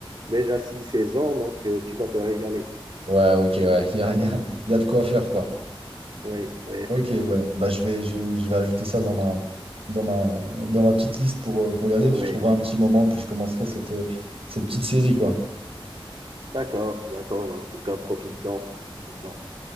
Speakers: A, on the right; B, on the right.
A: déjà six seize ans, donc euh, tu vas te régaler.
B: ouais, ok, ouais. Il y a, y a, y a de quoi faire, quoi.
A: Oui, oui, effectivement.
B: Ok, ouais. Bah, je vais, je, vais je vais ajouter ça dans ma, dans ma, dans ma petite liste pour, euh, pour regarder.
A: Oui,
B: Puis je trouverai un petit moment, puis je commencerai cette, euh, cette petite série, quoi.
A: d'accord, d'accord. En tout cas, profites-en, profites-en.